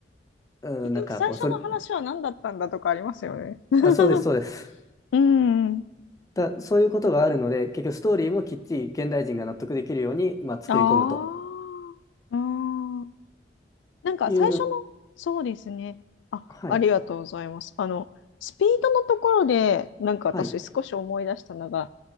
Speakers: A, on the left (about 20°); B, on the left (about 85°).
A: うん、
B: 結局最初の話は何だったんだとかありますよね。
A: なんかこう、それ、
B: <laughs>
A: あ、そうです、そうです。
B: うん。
A: だ、そういうことがあるので、結局ストーリーもきっちり現代人が納得できるように、まあ、作り込むと
B: ああ。うん。なんか最初の、
A: いう、
B: そうですね。あ、
A: はい、
B: ありがとうございます。あの、スピードのところで、なんか私少し思い出したのが、
A: はい、